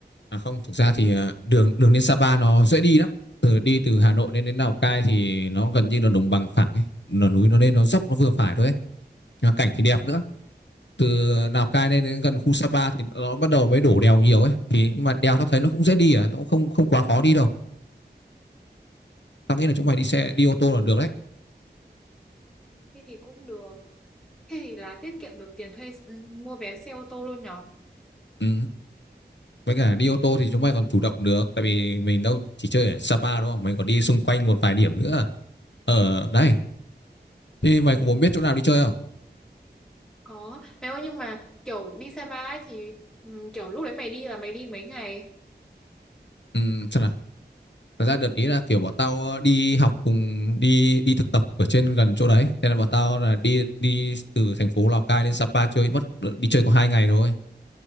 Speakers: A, on the left; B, in the centre.
A: à không thực ra thì ờ, đường đường lên Sapa nó dễ đi lắm từ đi từ Hà Nội lên đến Lào Cai thì nó gần như là đồng bằng phẳng ấy là núi nó lên nó dốc nó vừa phải thôi ấy. cảnh thì đẹp nữa từ Lào Cai lên đến gần khu Sapa thì nó bắt đầu mới đổ đèo nhiều ấy thì nhưng mà đèo tao thấy nó cũng dễ đi à nó cũng không không quá khó đi đâu tao nghĩ là chúng mày đi xe đi ô tô là được đấy
B: Thế thì cũng được. Thế thì là tiết kiệm được tiền thuê ừ, mua vé xe ô tô luôn nhở?
A: ừ. với cả đi ô tô thì chúng mày còn chủ động được tại vì mình đâu chỉ chơi ở Sapa đúng không mình còn đi xung quanh một vài điểm nữa ở đây thì mày có muốn
B: Ừ.
A: biết chỗ nào đi chơi không
B: Có. Mày ơi nhưng mà kiểu đi Sapa ấy thì ừ, kiểu lúc đấy mày đi là mày đi mấy ngày?
A: ừ, xem nào thật ra đợt ý là kiểu bọn tao ờ, đi học cùng đi đi thực tập ở trên gần chỗ đấy nên là bọn tao là đi đi từ thành phố Lào Cai lên Sapa chơi mất đi chơi có hai ngày rồi